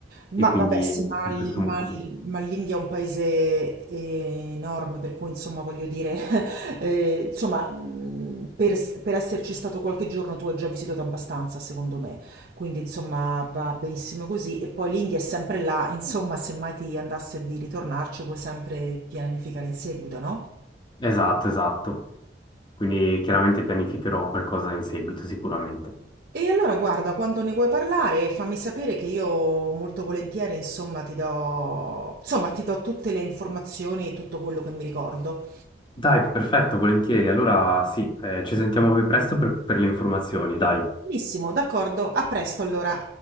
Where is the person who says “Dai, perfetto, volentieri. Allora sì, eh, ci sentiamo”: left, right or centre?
Left